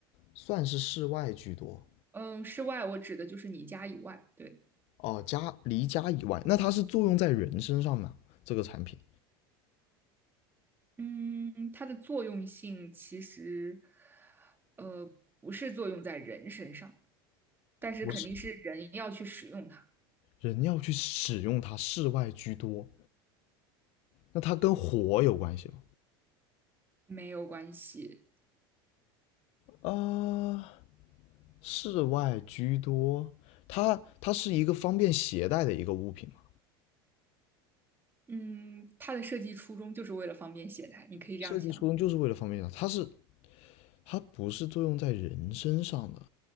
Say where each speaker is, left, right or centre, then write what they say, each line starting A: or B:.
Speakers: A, on the left; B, on the right.
A: 算是室外居多
B: 嗯，室外我指的就是你家以外。对，
A: 哦，家离家以外，那它是作用在人身上呢？这个产品
B: 嗯，它的作用性其实，呃，不是作用在人身上，但是肯定是人要去使用它，
A: 不是，人要去使用它，室外居多，那它跟火有关系吗？
B: 没有关系。
A: 啊，室外居多，它它是一个方便携带的一个物品嘛，
B: 嗯，它的设计初衷就是为了方便携带，你可以这样想。
A: 设计初衷就是为了方便它，它是它不是作用在人身上的，